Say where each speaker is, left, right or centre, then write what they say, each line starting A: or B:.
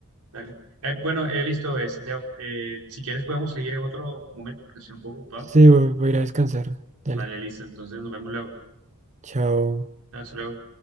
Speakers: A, on the right; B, on the right.
A: Dale. Eh, bueno, eh, listo, eh, Santiago. Eh, si quieres podemos seguir en otro momento porque estoy un poco ocupado.
B: Sí, voy voy a ir a descansar. Dale,
A: Vale, listo. Entonces nos vemos luego.
B: chao.
A: Hasta luego.